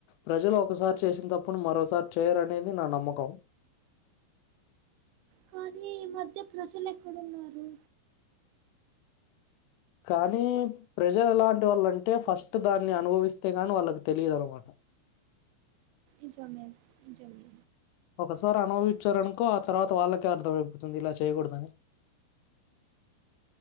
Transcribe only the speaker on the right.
కానీ ఈ మధ్య ప్రజలు ఎక్కడున్నారు‌.
ఇంచమెస్ ఇంచమే